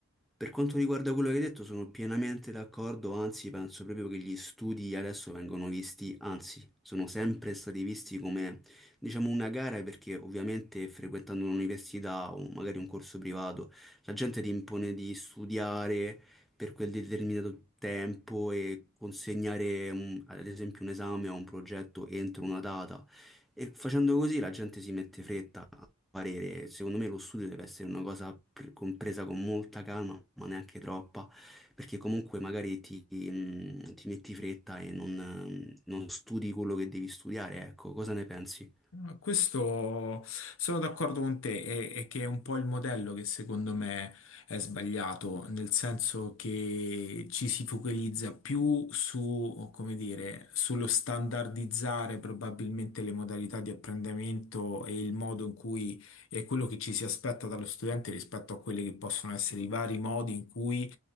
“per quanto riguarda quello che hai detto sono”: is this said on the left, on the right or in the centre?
Centre